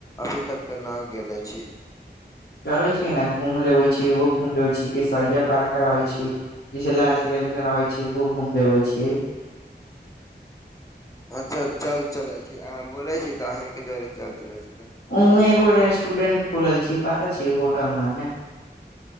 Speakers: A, on the left; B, on the left.
A: अभी तक त ना गेले छी।
B: चले छी न घूम लेबे छी, ओहो घूम लेबे छी केसरिया पारका रहे छी। किछो लाल किला जैसे रहै छै ओहो घूम लेबे छीयै।
A: अच्छा चल चलै छी, अहाँ बोले छी तऽ अहींके जरे चल चलै छी। तनी समय
B: ओहुँ एगो
A: लागै
B: रेस्टरेंट
A: छै
B: खोलल छी पता छै होटल माने।